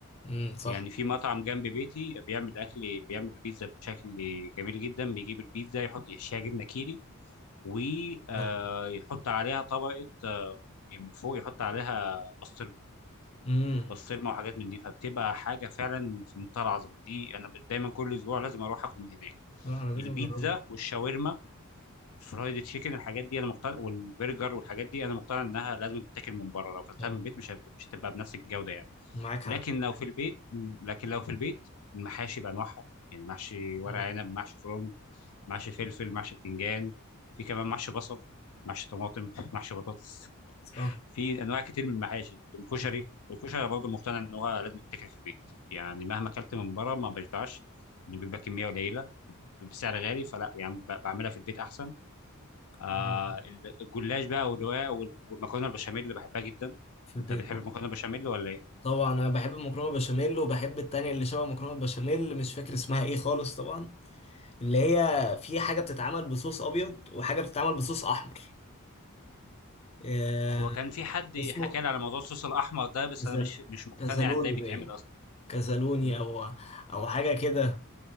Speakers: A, on the left; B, on the left.
A: امم صح
B: يعني في مطعم جنب بيتي بيعمل اكل بيعمل بيتزا بشكل جميل جدا بيجيب البيتزا يحط يحشيها جبنه كيري ويحط
A: الله.
B: عليها طبقه آه، يعني من فوق يحط عليها بسطرمه
A: امم
B: بسطرمه وحاجات من دي فبتبقى حاجه فعلا في منتهى العظمه دي انا دايما كل اسبوع لازم اروح اكل من هناك
A: لا أنا لازم
B: البيتزا
A: أجربه
B: والشاورما الفرايد تشيكن الحاجات دي انا مقتنع والبرجر والحاجات دي انا مقتنع انها لازم تتاكل من بره لو اكلتها
A: اه
B: من البيت مش هب- مش هتبقى بنفس الجوده يعني
A: معاك حق
B: لكن لو في البيت لكن لو في البيت المحاشي بانواعها يعني محشي ورق
A: مم.
B: عنب محشي كرنب محشي فلفل محشي بتنجان في كمان محشي بصل محشي طماطم محشي بطاطس
A: صح
B: في انواع كتير من المحاشي الكشري
A: مم.
B: الكشري برضه مقتنع ان هو لازم يتاكل في البيت يعني مهما اكلت من بره ما بشبعش إنه بيبقى كميه قليله بسعر غالي فلا يعني ب- بعملها في البيت احسن آه
A: مم.
B: الجلاش بقى والرواية وال- والمكرونة البشاميل اللي بحبها جدا
A: في البيت
B: انت بتحب
A: برضه
B: المكرونة البشاميل ولا ايه؟
A: طبعا أنا بحب المكرونة بشاميل وبحب التانية اللي شبه مكرونة بشاميل مش فاكر اسمها إيه خالص طبعا اللي هي في حاجة بتتعمل بصوص أبيض وحاجة بتتعمل بصوص أحمر آه،
B: هو كان في حد
A: اسمه
B: حكى لي على موضوع الصوص الاحمر ده بس
A: كزل-
B: انا مش مش مقتنع
A: كزلوني
B: ازاي بيتعمل
A: باين
B: اصلا
A: كزلوني
B: مم.
A: أو أو حاجة كده